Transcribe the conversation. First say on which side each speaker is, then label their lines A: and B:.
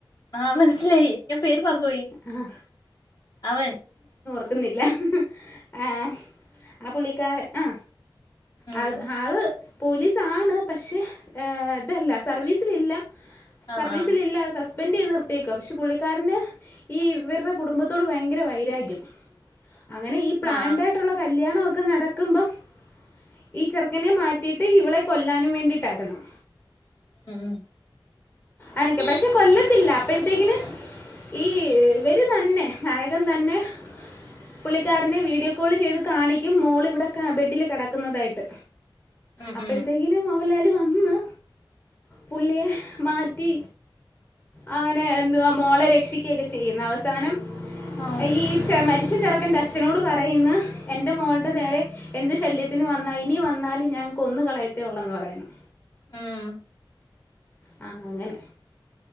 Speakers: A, on the left; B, on the left.
A: ആഹ മനസ്സിലായി ഞാൻ പേര് മറന്നു പോയി
B: ആ
A: അവൻ
B: കട്ടുന്നില്ല ആഹ് ആ പുള്ളിക്കാരൻ ആ
A: ഉം
B: അത് ആള് പോലീസാണ് പക്ഷേ ഇതല്ല സർവീസിലില്ല
A: ആ
B: സർവീസിലില്ല
A: ആ
B: സസ്പെൻഡ് ചെയ്ത് നിർത്തിയേക്കുക പക്ഷെ പുള്ളിക്കാരന് ഈ ഇവർഡ കുടുംബത്തോട് ഭയങ്കര വൈരാഗ്യം അങ്ങനെ ഈ പ്ലാൻഡയിട്ടുള്ള
A: ആ
B: കല്യാണംഒ ഒക്കെ നടക്കുമ്പം ക്ക ഈ ചെറുക്കനെ മാറ്റിയിട്ട് ഇവളെ കൊല്ലാനും വേണ്ടിയിട്ടായിരുന്ന്
A: ഉം ഉം
B: അനക്ക പക്ഷെ കൊല്ലത്തില്ല അപ്പഴത്തേക്കിന് ഈ ഇവര് തന്നെ നായകൻ തന്നെ പുള്ളിക്കാരനെ വീഡിയോ കോൾ ചെയ്ത് കാണിക്കും മോള് ഇവിടെ ബെഡില് കിടക്കുന്നതായിട്ട്
A: ഉം
B: അപ്പോഴത്തേക്കിന്
A: ഉം
B: മോഹൻലാല് വന്ന് പുള്ളിയെ മാ റ്റി അങ്ങനെ എന്തുവാ മോളെ രക്ഷിക്കുകയൊക്കെ ചെയ്യുന്ന അവസാനം
A: ആ
B: അ ഈ മരിച്ച ചെറക്കന്റെ അച്ഛനോട് പറയുന്ന് എൻ്റെ മോളുടെ നേരെ എന്ത് ശല്യത്തിന് വന്നാ ഇനി വന്നാലും ഞാൻ കൊന്ന് കളയത്തേ ഉള്ളൂന്ന് പറയുന്ന്
A: ഉം
B: ആ അങ്ങനെ